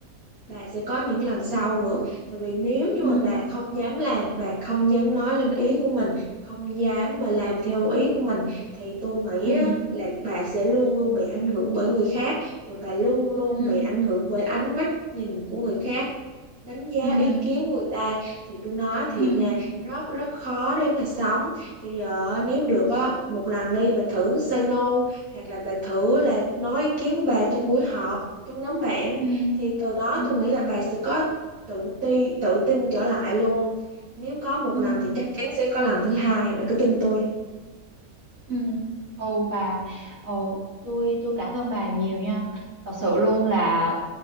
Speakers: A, on the right (about 90°); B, on the right (about 70°).
A: bà sẽ có những lần sau nữa tại vì nếu như
B: ừ
A: mà bà không dám làm bà không dám nói lên ý của mình không dám mà làm theo ý của mình thì tôi nghĩ
B: ừ
A: á, là bà sẽ luôn luôn bị ảnh hưởng bởi người khác và bà luôn luôn
B: ừ
A: bị ảnh hưởng bởi ánh mắt nhìn của người khác đánh giá
B: ừ
A: ý kiến của người ta thì tôi nói thiệt
B: ừ
A: nha rất rất khó để mà sống rồi giờ nếu được á một lần đi bà thử say no hoặc là bà thử là nói ý kiến của bà trong buổi họp trong nhóm bạn
B: ừ
A: thì từ đó
B: ừ ừ
A: tôi nghĩ là bà sẽ có tự ti tự tin trở lại luôn nếu có một
B: ừ
A: lần thì chắc chắn sẽ có lần thứ hai bà cứ tin tôi
B: Ừ. Ồ bà, ồ tôi tôi cảm ơn bà nhiều nha. Thật sự luôn là